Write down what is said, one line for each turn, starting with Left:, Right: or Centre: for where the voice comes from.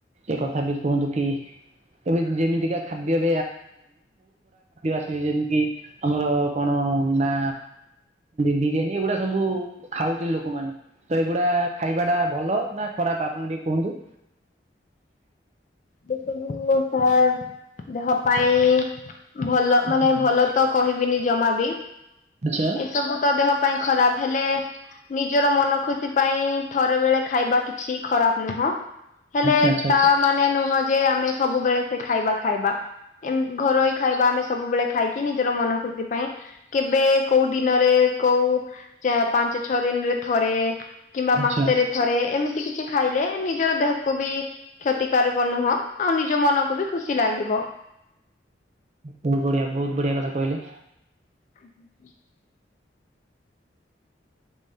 Right: ଏ କଥା ଟି କୁହନ୍ତୁ କି <inaudible> ଖାଦ୍ୟ ଆସେ, ଯେମ୍ତି ଆମର କ'ଣ ନା ବିରିୟାନୀ ଏଗୁଡ଼ା ସବୁ ଖାଉ ଲୋକମାନେ। ତ, ଏଗୁଡା ଖାଇବା ଟା ଭଲ ନା ଖରାପ୍ ଆପଣ ଟିକେ କୁହନ୍ତୁ।
Left: ସାର୍, ଦେହ ପାଇଁ ଭଲ
Right: ଆଚ୍ଛା
Left: ମାନେ ଭଲ ତ, କହିବିନି ଜମା ବି।
Right: <inaudible>
Left: ସବୁ ତ ଦେହ ପାଇଁ ଖରାପ୍, ହେଲେ ନିଜର ମନ ଖୁସି ପାଇଁ ଥରେ ବେଳେ ଖାଇବା କିଛି ଖରାପ୍ ନୁହଁ। ହେଲେ
Right: ଆଚ୍ଛା ଆଚ୍ଛା
Left: ତା' ମା ନୁହଁ ଯେ ଆମେ ସବୁବେଳେ ସେ ଖାଇବା ଖାଇବା। ଏମ ଘରୋଇ ଖାଇବା ଆମେ ସବୁବେଳେ ଖାଇକି ନିଜର ମନ ଖୁସି ପାଇଁ କେବେ କୋଉ ଦିନରେ କୋଉ ଚା-ପାଞ୍ଚ ଛଅ ଦିନରେ ଥରେ କିମ୍ବା
Right: ଆଚ୍ଛା।
Left: ମାସେରେ
Right: ଆଚ୍ଛା
Left: ଥରେ ଏମିତି କିଛି ଖାଇଲେ ନିଜର ଦେହକୁ ବି କ୍ତିକରକ ନୁହଁ ଆଉ ନିଜ ମନକୁ ବି ଖୁସି ଲାଗିବ।
Right: ବହୁତ ବଢିଆ ବହୁତ ବଢିଆ କଥା କହିଲେ।
Left: ଆଜ୍ଞା ସାର୍।